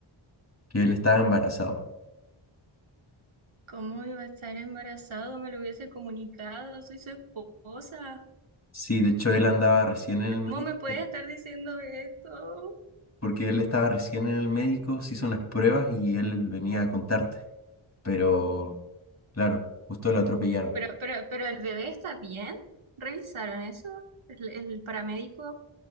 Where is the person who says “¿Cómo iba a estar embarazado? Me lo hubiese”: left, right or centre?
Right